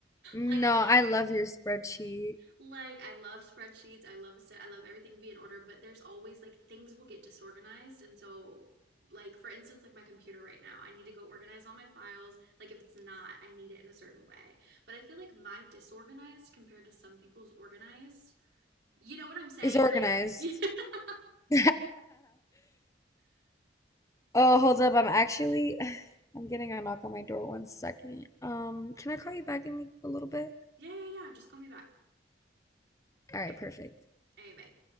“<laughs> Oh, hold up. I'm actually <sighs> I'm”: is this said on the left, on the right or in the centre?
Left